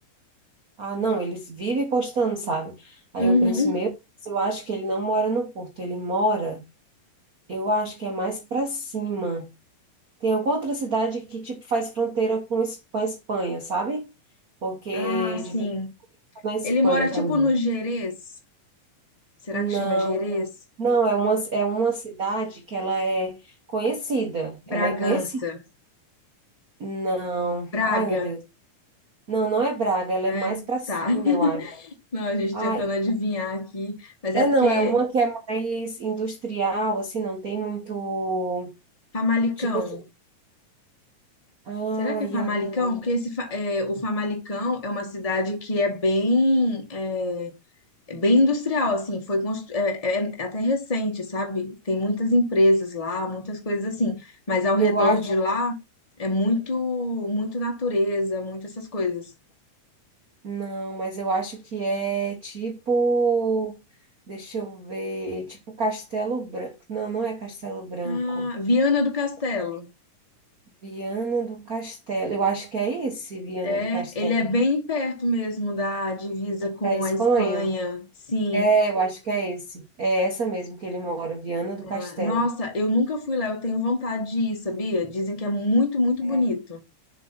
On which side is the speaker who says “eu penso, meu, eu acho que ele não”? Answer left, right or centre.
Right